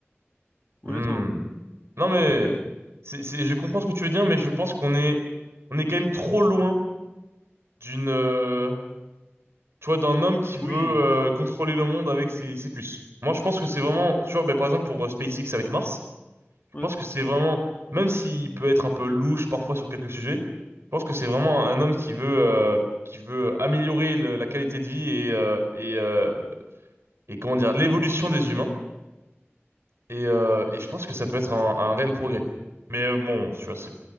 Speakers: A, on the left (about 40°); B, on the right (about 70°).
A: Honnêtement.
B: Hmm.
A: hein.
B: Non mais,
A: Après,
B: c'est, c'est, je comprends ce que tu veux dire, mais je pense qu'on est, on est quand même trop loin d'une, euh, tu vois, d'un homme qui veut
A: oui,
B: euh, contrôler le monde avec ses, ses puces. Moi, je pense que c'est vraiment, tu vois, ben, par exemple pour euh, SpaceX avec Mars. Je
A: ouais.
B: pense que c'est vraiment, même s'il peut être un peu louche parfois sur quelques sujets, je pense que c'est vraiment un homme qui veut, euh, qui veut améliorer le- la qualité de vie et, euh, et, euh, et comment dire, l'évolution des humains. Et, euh, et je pense que ça peut être un, un réel progrès. Mais euh, bon, tu vois, c'est,